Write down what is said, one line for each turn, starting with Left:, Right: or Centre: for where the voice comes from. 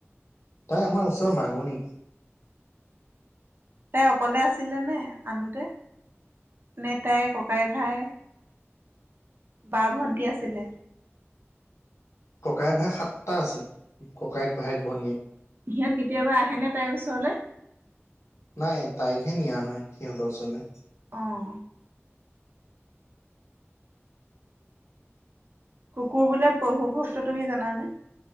Left: তাই আমাৰ ওচৰ মাগনি।
Right: তাই অকলে আছিলে নে আনোতে? নে তাইৰ ককাই ভাই। বা ভন্টি আছিলে?
Left: ককায় ভায়েক সাতটা আছে, ককায়েক ভায়েক ভনীয়েক।
Right: সিহঁত কেতিয়াবা আহেনে তাইৰ ওচৰলে।
Left: নাই তাইকহে নিয়া হয় সিহঁতৰ ওচৰলৈ।
Right: অঁ কুকুৰ বোলে প্ৰভু ভক্ত তুমি জানানে?